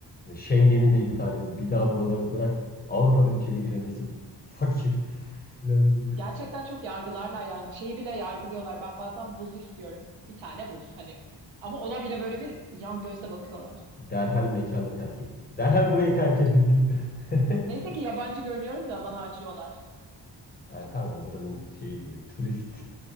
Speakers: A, on the left; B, on the right.
A: Schengen'i de iptal edin. Bir daha buralara bırak. Avrupa'dan içeri giremesin. bu Fakir falan diye.
B: Gerçekten çok yargılarlar yani şeyi bile yargılıyorlar. Ben bazen buz istiyorum. Bir tane buz hani. Ama ona bile böyle bir yan gözle bakıyorlar.
A: Derhal mekanı terk edin. Derhal burayı terk
B: Gerçi.
A: edin deyip. <laughs>
B: Neyse ki yabancı görünüyorum da bana acıyorlar.
A: Ha, tamam buranın şeyi diyor Turist.